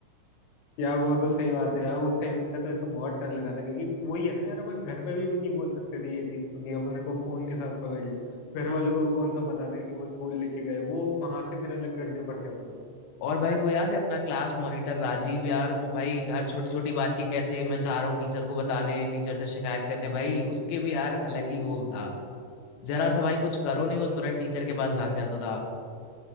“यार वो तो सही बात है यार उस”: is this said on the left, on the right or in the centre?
Left